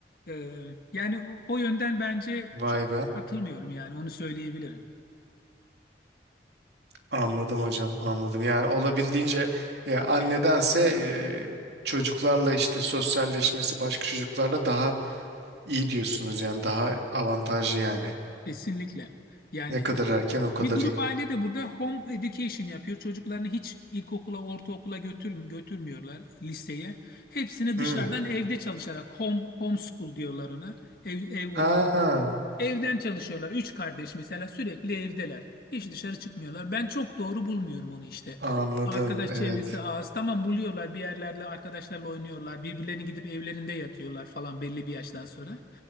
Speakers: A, on the left; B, on the right.
A: E, yani o, o yönden bence
B: Vay
A: çok
B: be.
A: katılmıyorum yani onu söyleyebilirim.
B: Anladım hocam anladım. Yani olabildiğince e, annedense e, çocuklarla işte sosyalleşmesi başka çocuklarla daha iyi diyorsunuz yani daha avantajlı yani.
A: Kesinlikle. Yani
B: Ne kadar
A: e,
B: erken o kadar
A: bir grup
B: iyi.
A: aile de burada home education yapıyor. Çocuklarını hiç ilkokula, ortaokula götür, götürmüyorlar liseye. Hepsini
B: Hmm.
A: dışarıdan evde çalışarak home homeschool diyorlar ona. Ev ev ok-
B: Ha.
A: evden çalışıyorlar. Üç kardeş mesela sürekli evdeler. Hiç dışarı çıkmıyorlar. Ben çok doğru bulmuyorum onu işte.
B: Anladım,
A: Arkadaş
B: evet.
A: çevresi az. Tamam buluyorlar bir yerlerle arkadaşlarla oynuyorlar. Birbirlerini gidip evlerinde yatıyorlar falan belli bir yaştan sonra.